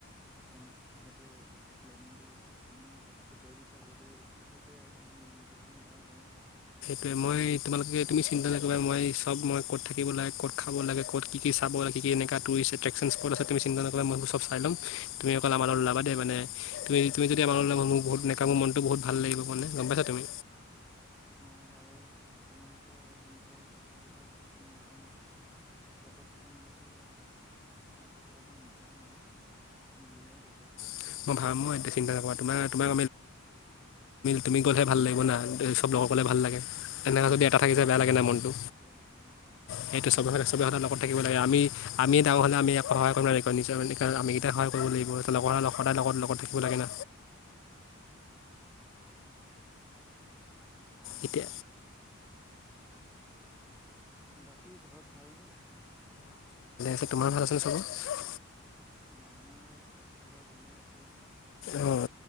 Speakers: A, in the centre; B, on the left.
A: কেনেক সেইটো প্লেনিংটো তুমি কথাটো কৈ দিছা যদি সেইটোৱে আমি মিলি কিনে যাব পাৰিম।
B: ত' মই তোমালোকে তুমি চিন্তা নকৰিবা মই চব মই ক'ত থাকিব লাগে ক'ত খাব লাগে ক'ত কি চাব লাগে কি এনেককা টুৰিষ্ট এট্ৰেকশ্যন স্পট আছে তুম চিন্তা নকৰিবা মই চব চাই ল'ম তুমি অকল আমাৰ ওলাবা দেই মানে তুমি তুম যদি আমাৰ ওলা
A: অ',
B: মোৰ বুতনেকা মোৰ মনটো বহুত ভাল লাগিব মানে গম পাইছা তুমি!
A: অ', বাৰু তোমালোকে এনেকে কথা কেইটা ভালকে মোৰ কাৰণে বাজেট কেইটা মিলাই দিবা ত' তাৰপিছত আমি যাম আৰু, মিলিলে বাজেটটো।
B: <unintelligible> নকবা তুমি গ'লেহে ভাল লাগিব না, চব লগৰ গ'লে ভাল লাগে। তেনেকৈ
A: অ',
B: যদি এটা
A: চব
B: থাকি যায়
A: লগৰ
B: বেয়া লাগে
A: একেলগে
B: নাই মনটো
A: থাকিব লাগে অ'।
B: সেইটো সবহ চবেহঁতে লগত থাকিব লাগে আমি- আমি। তেওঁ হ'লে আমি আক সহায় কৰিব লাগিব নিজৰ এক আমিকেইটাই সায় কৰিব লাগিব লগৰ সদায় লগত -লগত থাকিব লাগে ন।
A: আহ', - আহ',
B: এতিয়া
A: বাকী ঘৰত ভালনে?
B: স তোমাৰ ভাল আছিনে চবৰ?
A: অহ ', আমাৰো ঘৰত চবৰ ভালেই আছে।
B: অঁ